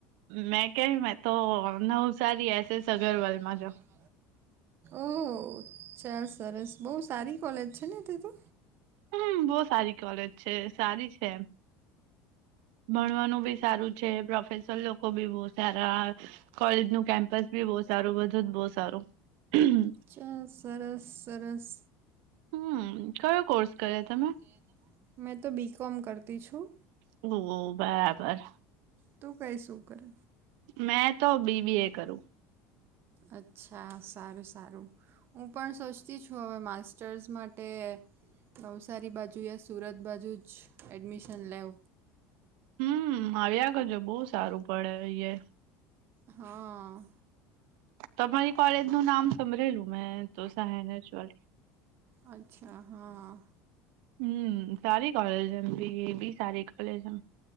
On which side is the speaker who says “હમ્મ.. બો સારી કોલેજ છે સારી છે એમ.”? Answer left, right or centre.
Right